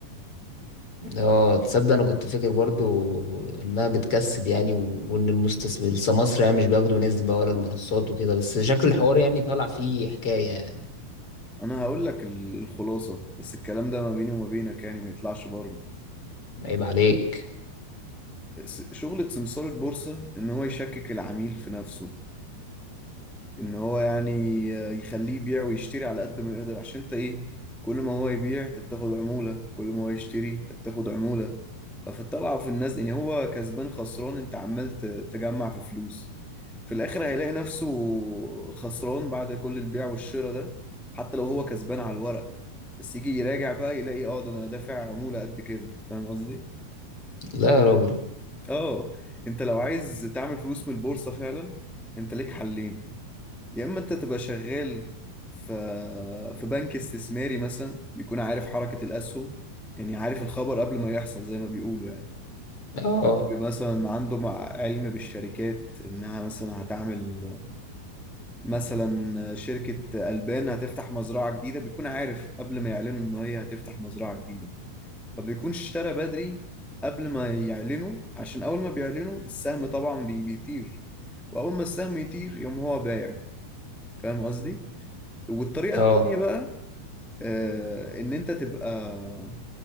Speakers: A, on the left; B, in the centre.
A: اه تصدق انا كنت فاكر برضو انها بتكسب يعني و- وان المستثمر سمسرة يعني مش بياخدوا نسبة ولا المنصات وكده بس شكل الحوار يعني طالع فيه حكاية يعني
B: أنا هقول لك ال- الخلاصة بس الكلام ده ما بيني وما بينك يعني ما يطلعش بره
A: عيب عليك
B: س- شغلة سمسار البورصة إن هو يشكك العميل في نفسه ان هو يعني يخليه يبيع ويشتري على قد ما يقدر عشان انت ايه كل ما هو يبيع انت بتاخد عمولة كل ما هو يشتري انت بتاخد عمولة ففي الطلعة وفي النزل يعني هو كسبان خسران انت عمال ت- تجمع في فلوس في الاخر هيلاقي نفسه خسران بعد كل البيع والشراء ده حتى لو هو كسبان على الورق بس يجي يراجع بقى يلاقي اه ده انا دافع عمولة قد كده فاهم قصدي؟
A: لا يا راجل
B: اه انت لو عايز تعمل فلوس من البورصة فعلا انت ليك حلين يا اما انت تبقى شغال في في بنك استثماري مثلا بيكون عارف حركة الاسهم يعني عارف الخبر قبل ما يحصل زي ما بيقولوا يعني
A: اه
B: بيبقى مثلا عنده مع علم بالشركات انها مثلا هتعمل مثلا شركة البان هتفتح مزرعة جديدة بيكون عارف قبل ما يعلنوا ان هي هتفتح مزرعة جديدة فبيكونش اشترى بدري قبل ما يعلنوا عشان اول ما بيعلنوا السهم طبعا بي- بيطير واول ما السهم يطير يقوم هو بايع فاهم قصدي؟ والطريقة
A: اه
B: التانية بقى آه، ان انت تبقى